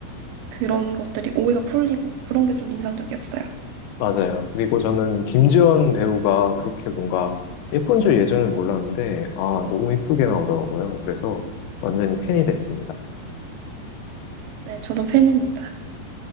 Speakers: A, on the right; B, on the left.
A: 그런 것들이 오해가 풀리고 그런 게 좀 인상적이었어요.
B: 맞아요. 그리고 저는 김지현 배우가 그렇게 뭔가 예쁜 줄 예전엔 몰랐는데 아 너무 예쁘게 나오더라고요. 그래서 완전히 팬이 됐습니다.
A: 네, 저도 팬입니다.